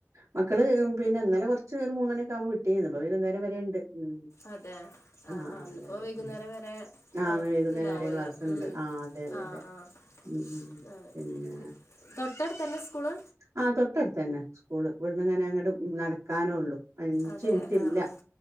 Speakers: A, on the right; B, on the left.
A: മക്കള് പിന്നെ ഇന്നലെ കൊർച്ച് ഒരു മൂന്നണി ഒക്കാവുമ്പ വിട്ടീനി. ഇന്ന്പ്പൊ മൂന്നണി വൈകുന്നേരം വരെ ണ്ട് ഉം
B: അതെഅ
A: ആഹ്
B: ആ ന്ന്പ്പോ
A: അതെ അതെ
B: വൈകുന്നേരം
A: ഉം
B: വരെ
A: ആ ഇന്ന് വൈകുന്നേരം
B: ണ്ടാവും
A: വരെ
B: പോല്ല
A: ക്ലാസ്ണ്ട്
B: ഉം
A: ആ അതെ അതെ
B: ആഹ്
A: അതെ
B: ആഹ്
A: ഉം ഉം
B: ആഹ്
A: പിന്നെ
B: തൊട്ടടുത്തന്നെ സ്കൂള്
A: ആഹ് തൊട്ടടുത്തന്നെ സ്കൂള് ഇവിടുന്ന്ങ്ങനെ ങ്ങട്ട് നടക്കാനോള്ളു അഞ്ചിൻറ്റില്ല
B: അതെ ആ ആ